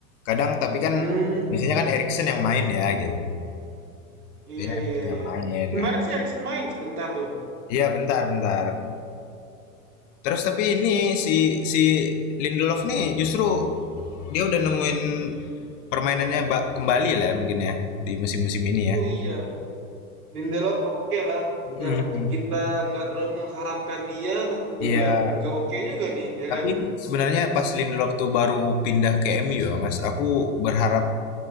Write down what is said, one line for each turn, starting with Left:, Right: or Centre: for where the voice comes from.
Left: Kadang tapi kan
Right: Hmm,
Left: biasanya kan Erikson yang main ya gitu.
Right: iya
Left: Biasanya Erikson
Right: iya
Left: yang
Right: iya.
Left: main.
Right: Kemarin
Left: Nah,
Right: sih Erikson main sebentar tuh.
Left: iya bentar bentar. Terus tapi ini si si Lindelof nih justru dia udah nemuin permainannya ba- kembali lah ya mungkin ya di musim-musim ini
Right: Oh
Left: ya.
Right: iya, Lindelof oke lah.
Left: Mm,
Right: Yang kita nggak terlalu mengharapkan dia lah, tuh
Left: Iya.
Right: dia agak oke juga nih, ya
Left: Tapi
Right: kan?
Left: sebenarnya pas Lindelof tuh baru pindah ke MU ya, Mas, aku berharap